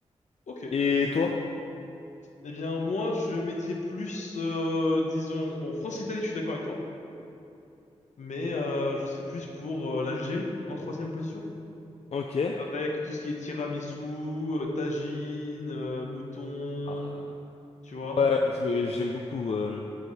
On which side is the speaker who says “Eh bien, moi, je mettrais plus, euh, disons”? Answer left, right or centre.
Left